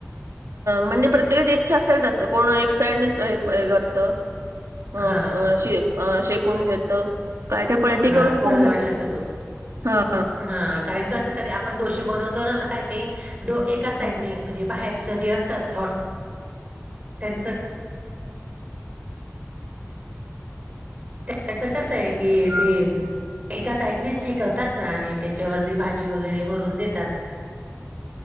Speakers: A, on the right; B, on the right.
A: म्हणजे प्रत्येकाची इच्छा असेल तस कोण एक साइडनेच हे करत. ह
B: हा हा हा हा
A: शे शेकून घेत. काय काय पलटी
B: हा
A: करून
B: कोणाला
A: पण घेत
B: वाटल त दो
A: हा.
B: हा कारण कस कधी आपण डोसेे बनवतो ना तर काही काही दो एकाच साईडने
A: हो
B: म्हणजे बाहेरच जे असतात त्यांच त्याच कस आहे की ये ते एका साइडनेस शिकवतात ना. आणि त्याच्यावरती भाजी वगैरे भरून देतात.